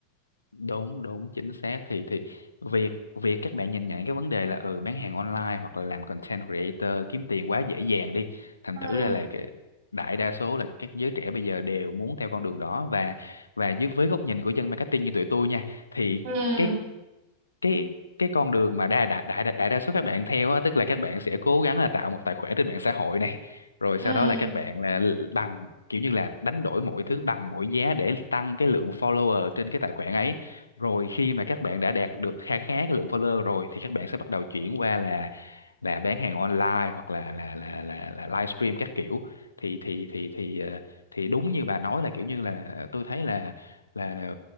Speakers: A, on the left (about 75°); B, on the right (about 50°).
A: đúng đúng chính xác thì thì việc việc các bạn nhìn nhận cái vấn đề là ừ bán hàng online hoặc là làm content creator kiếm tiền quá dễ dàng đi thành
B: ừ
A: thử ra là cái đại đa số là các giới trẻ bây giờ đều muốn theo con đường đó và và dưới với góc nhìn của dân marketing như tụi tôi nha thì
B: ừ
A: cái cái cái con đường mà đa đại đại đại, đại đa số các bạn theo á, tức là các bạn sẽ cố gắng là tạo một tài khoản trên mạng xã hội này rồi
B: ừ
A: sau đó là các bạn là l- bằng kiểu như là đánh đổi mọi thứ bằng mọi giá để tăng cái lượng follower trên cái tài khoản ấy rồi khi mà các bạn đã đạt được khá khá cái lượng follower rồi thì các bạn sẽ bắt đầu chuyển qua là là bán hàng online hoặc là là là là, là livestream các kiểu thì thì thì thì ờ, thì đúng như bà nói là kiểu như là tôi thấy là là, là